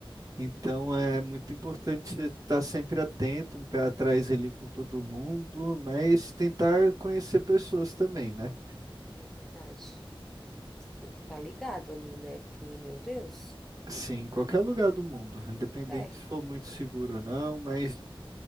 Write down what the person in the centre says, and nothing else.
Aham.
É verdade. Você tem que estar ligado ali, né? Porque, meu Deus.
É,